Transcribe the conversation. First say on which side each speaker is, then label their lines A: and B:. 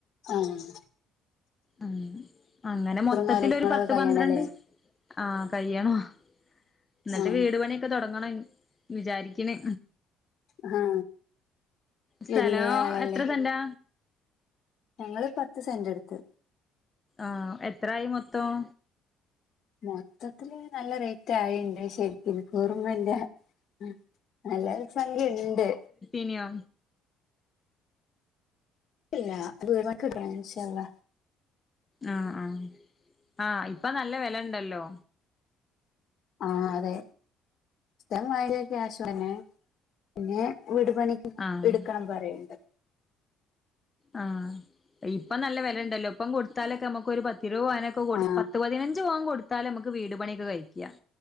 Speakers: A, on the left; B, on the left.
A: ആഹ്
B: ആഹ്. അങ്ങനെ മൊത്തത്തിലൊര്
A: കാര്യങ്ങളൊക്കെ
B: പത്ത്,
A: കഴിയണല്ലേ
B: പന്ത്രണ്ട്. ആഹ് കയ്യണം. ഇന്ന്ട്ട്
A: ആ
B: വീട് പണി- ക്കെ തൊടങ്ങണം വിചാരിക്ക്ണ്.
A: ആ
B: സ്ഥലോ
A: വലിയ ആളല്ലേ
B: എത്ര സെന്റാ?
A: ഞങ്ങള് പത്ത് സെന്റെട്ത്ത്.
B: ആഹ് എത്രായി മൊത്തോം?
A: മൊത്തത്തില് നല്ല റേറ്റായിണ്ട് ശരി- ഇന്ക്കോർമല്ല. ആഹ് നല്ല സംഖ്യണ്ട്.
B: ഇന്യോ?
A: ഇല്ലാ വീട്പണിക്ക് <unintelligible>
B: ആഹ് ആഹ് ആഹ് ഇപ്പൊ നല്ല വെലണ്ടല്ലോ.
A: ആഹ് അതെ. സ്ഥലം വാങ്ങിയെ ക്യാഷോണ്ടെന്നേ. പിന്നെ വീട് പണി
B: ആഹ്
A: ഇട്ക്കാം പറയ്ണ്ട്.
B: ആഹ്, ഇപ്പം നല്ല വെലണ്ടല്ലോ ഇപ്പം കൊട്ത്താലൊക്കമ്മക്ക് ഒരു പത്ത് ഇരുവത് പവനൊക്കെ കൊട്-
A: ആ
B: പത്ത് പതിനഞ്ച് പവൻ കൊടുത്താലമ്മക്ക് വീട്പണ്യോക്കെ കയ്ക്കാം.